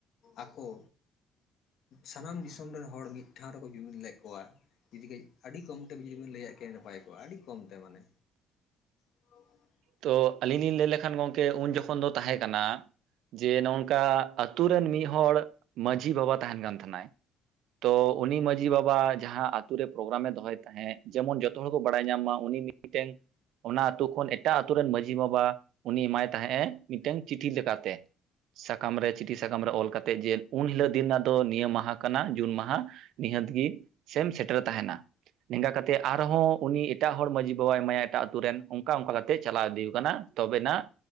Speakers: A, on the left (about 55°); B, on the right (about 70°).
A: ᱟᱠᱚ ᱥᱟᱱᱟᱢ ᱫᱤᱥᱚᱢ ᱨᱮᱱ ᱦᱚᱲ ᱢᱤᱫ ᱴᱷᱟᱶ ᱨᱮᱠᱚ ᱡᱩᱢᱤᱫ ᱞᱮᱫ ᱠᱚᱣᱟ ᱾ ᱡᱩᱫᱤ ᱜᱮ ᱟᱹᱰᱤ ᱠᱚᱢᱛᱮ ᱵᱤᱱ ᱡᱚᱫᱤ ᱵᱤᱱ ᱞᱟᱹᱭᱟ ᱠᱮᱭᱟ ᱱᱟᱯᱟᱭ ᱠᱚᱜᱼᱟ ᱟᱹᱰᱤ ᱠᱚᱢᱛᱮ ᱢᱟᱱᱮ <unintelligible>
B: ᱛᱚ ᱟᱹᱞᱤᱧ ᱞᱤᱧ ᱞᱟᱹᱭ ᱞᱮᱠᱷᱟᱱ ᱜᱚᱢᱠᱮ ᱩᱱ ᱡᱚᱠᱷᱚᱱ ᱫᱚ ᱛᱟᱦᱮᱸ ᱠᱟᱱᱟ ᱡᱮ ᱱᱚᱝᱠᱟ ᱟᱛᱩ ᱨᱮᱱ ᱢᱤᱫ ᱦᱚᱲ ᱢᱟᱺᱡᱷᱤ ᱵᱟᱵᱟ ᱛᱟᱦᱮᱸᱱ ᱠᱟᱱ ᱛᱟᱦᱮᱸᱱᱟᱭ᱾ ᱛᱚ ᱩᱱᱤ ᱢᱟᱺᱡᱷᱤ ᱵᱟᱵᱟ ᱡᱟᱦᱟᱸ ᱟᱛᱩ ᱩᱱᱤ ᱢᱟᱡᱷᱤ ᱵᱟᱵᱟ ᱡᱟᱦᱟ ᱟᱛᱳ ᱨᱮ ᱯᱨᱳᱜᱨᱟᱢᱮ ᱫᱚᱦᱚᱭ ᱛᱟᱦᱮᱸᱫ ᱡᱮᱢᱚᱱ ᱡᱚᱛᱚ ᱦᱚᱲ ᱠᱚ ᱵᱟᱲᱟᱭ ᱧᱟᱢ ᱢᱟ ᱩᱱᱤ ᱢᱤᱫᱴᱮᱱ ᱚᱱᱟ ᱟᱹᱛᱩ ᱠᱷᱚᱱ ᱮᱴᱟᱜ ᱟᱛᱩ ᱨᱮᱱ ᱢᱟᱺᱡᱷᱤ ᱵᱟᱵᱟ ᱩᱱᱤ ᱮᱢᱟᱭ ᱛᱟᱦᱮᱸᱜ ᱮ ᱢᱤᱫᱴᱟᱝ ᱪᱤᱴᱷᱤ ᱞᱮᱠᱟᱛᱮ, ᱥᱟᱠᱟᱢ ᱨᱮ ᱪᱤᱴᱷᱤ ᱥᱟᱠᱟᱢ ᱨᱮ ᱚᱞ ᱠᱟᱛᱮ ᱡᱮ ᱩᱱ ᱦᱤᱞᱳᱜ ᱫᱤᱱ ᱨᱮᱱᱟᱜ ᱫᱚ ᱱᱤᱭᱟᱹ ᱢᱟᱦᱟ ᱠᱟᱱᱟ ᱡᱩᱱ ᱢᱟᱦᱟ, ᱱᱤᱦᱟᱹᱛ ᱜᱮ ᱥᱮᱢ ᱥᱮᱴᱮᱨ ᱛᱟᱦᱮᱸᱱᱟ ᱾ ᱱᱮᱝᱜᱟ ᱠᱟᱛᱮᱫ ᱟᱨᱦᱚᱸ ᱩᱱᱤ ᱮᱴᱟᱜ ᱦᱚᱲ ᱢᱟᱺᱡᱷᱤ ᱵᱟᱵᱟᱭ ᱮᱢᱟᱭᱟ ᱮᱴᱟᱜ ᱟᱛᱳ ᱨᱮᱱ ᱚᱱᱠᱟ ᱚᱝᱠᱟ ᱛᱮ ᱪᱟᱞᱟᱣ ᱤᱫᱤ ᱠᱟᱱᱟ ᱛᱚᱵᱮᱱᱟᱜ